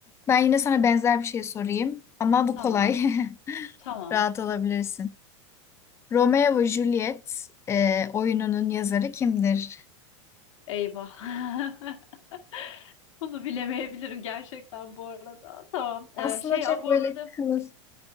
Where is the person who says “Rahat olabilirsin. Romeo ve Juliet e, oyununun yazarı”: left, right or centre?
Left